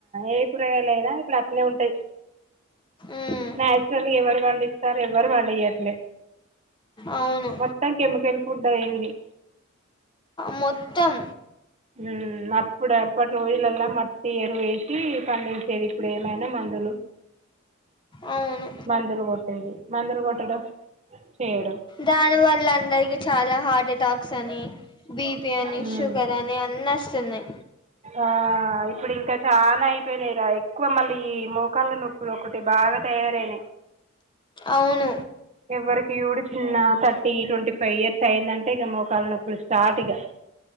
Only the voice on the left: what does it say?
ఉమ్
అవును
మొ త్తం
అవును
దాని వల్ల అందరికి చాలా హార్ట్ అట టాక్స్ అని బిపి అని
షుగర్ అని అన్న చెన్నై
అవును